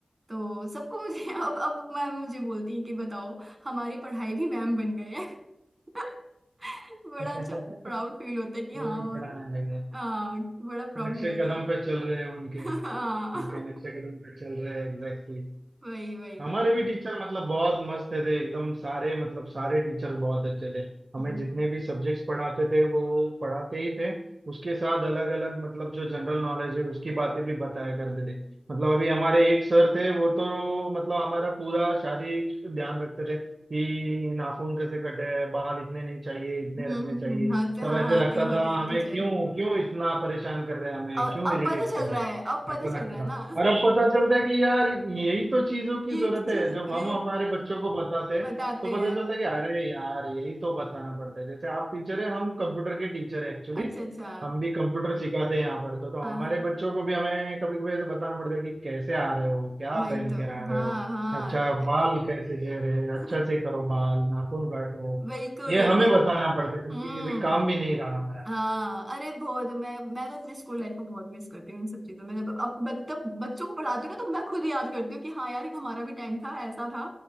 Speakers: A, on the right; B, on the right.
A: तो सबको मुझे <laughs> अब अब मैम मुझे बोलती है कि बताओ हमारी पढ़ाई भी मैम बन गए हैं <laughs> बड़ा
B: <laughs>
A: अच्छा प्राउड फील होता है कि हाँ
B: वो भी
A: और
B: पढ़ाने लगे
A: हाँ बड़ा प्राउड
B: नक्शे
A: फील होता
B: कदम
A: है
B: पे चल रहे हैं उनके
A: <laughs> हाँ
B: उनके नक्शे कदम पे चल रहे हैं एग्जैक्टली
A: वही वही
B: हमारे भी टीचर मतलब बहुत मस्त थे एकदम सारे मतलब सारे टीचर बहुत अच्छे थे हमें
A: हम्म
B: जितने भी सब्जेक्ट्स पढ़ाते थे वो पढ़ाते ही थे उसके साथ अलग अलग मतलब जो जनरल नॉलेज है उसकी बातें भी बताया करते थे मतलब अभी हमारे एक सर थे वो तो मतलब हमारा पूरा शारीरिक ध्यान रखते थे कि नाखून कैसे कटे हैं बाल इतने नहीं चाहिए इतने
A: हम्म
B: रखने
A: हम्म,
B: चाहिए
A: होते
B: तब
A: हाँ
B: ऐसे लगता
A: होते हैं होते
B: था
A: हैं
B: हमें
A: टीचर
B: क्यों क्यों इतना परेशान कर रहे हैं हमें
A: और
B: क्यों
A: अब
B: इरिटेट
A: पता चल
B: कर रहे
A: रहा
B: हैं
A: है अब पता
B: ऐसा
A: चल
B: लगता
A: रहा है
B: था
A: ना
B: और अब पता चलता है कि यार यही तो चीजों
A: <laughs>
B: की
A: ये
B: जरूरत
A: तो चीज
B: है जब हम
A: ये
B: हमारे बच्चों को बताते हैं
A: बताते
B: तो
A: हैं
B: पता चलता है कि अरे यार यही तो बताना पड़ता है जैसे आप टीचर है हम कंप्यूटर के टीचर है एक्चुअली
A: अच्छा अच्छा
B: हम भी कंप्यूटर सिखाते हैं यहाँ पर तो तो हमारे
A: हाँ हाँ
B: बच्चों को भी हमें कभी कभी ऐसे बताना पड़ता है कि कैसे आ रहे हो क्या
A: वही
B: पहन
A: तो
B: के आ रहे
A: हाँ
B: हो
A: हाँ
B: अच्छा बाल कैसे घेर रहे हो
A: <laughs>
B: अच्छा से करो बाल नाखून काटो
A: बिल्कुल
B: ये हमें
A: अरे
B: बताना पड़ता है क्योंकि
A: हम्म
B: ये भी काम भी नहीं रहा हमारा
A: हाँ अरे बहुत मैं मैं तो अपने स्कूल लाइफ को बहुत मिस करती हूँ इन सब चीजों में जब अब मतलब बच्चों को पढ़ाती हूँ ना तो मैं खुद याद करती हूँ कि हाँ यार एक हमारा भी टाइम था ऐसा था